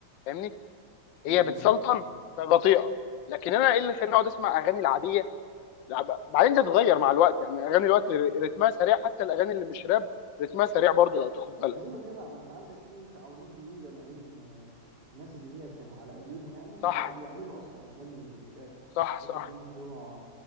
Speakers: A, on the left; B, on the right.
A: فاهمني هي
B: بالظبط
A: بتسلطن
B: بالظبط
A: فبطيئه لكن انا ايه اللي خلاني اقعد اسمع اغاني العاديه لا، ب- بعدين تتغير مع الوقت يعني اغاني الوقت ر- رتمها سريع حتى الاغاني اللي مش راب رتمها سريع برضو لو تاخد بالك
B: ايوه جدع ما انت عندك في تعاونات جديده ما بين آه، الناس اللي هي كانوا على قديمه يعني وبقوا
A: صح
B: بيعملوا اصلا اغاني راب يعني
A: صح
B: انا فاكر
A: صح
B: في مطربه